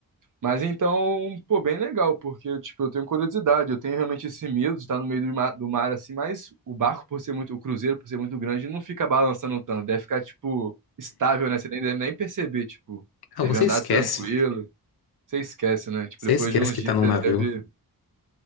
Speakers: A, on the right; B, on the left.
A: mas então, pô, bem legal, porque eu, tipo, eu tenho curiosidade, eu tenho realmente esse medo de estar no meio do mar, do mar assim, mas o barco por ser muito, o cruzeiro por ser muito grande, não fica balançando tanto, deve ficar, tipo, estável, né? Você nem deve nem perceber, tipo,
B: Ah,
A: deve
B: você
A: andar
B: esquece.
A: tranquilo. Você esquece, né? Tipo,
B: Você
A: depois
B: esquece
A: de uns
B: que
A: dias
B: tá num
A: você
B: navio.
A: deve.